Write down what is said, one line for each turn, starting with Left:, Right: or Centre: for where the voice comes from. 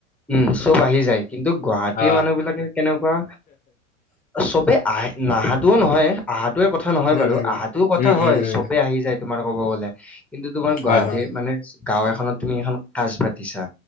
Centre: উম চব আহি যায় কিন্তু গুৱাহাটীৰ
Left: অ
Centre: মানুহ বিলাকে কেনেকুৱা? চবে আহে। নাহাতোও নহয় আহাটোয়ে কথা নহয়
Left: উম
Centre: বাৰু।
Left: উম
Centre: আহাটো কথা
Left: উম
Centre: হয়,
Left: উম উম
Centre: চবে আহি যায়। তোমাৰ ক'ব গ'লে। কিন্তু তুমাৰ
Left: হয়
Centre: গুৱাহাটীৰ
Left: হয়
Centre: মানে গাও এখনত তুমি এখন কাজ পাতিছা।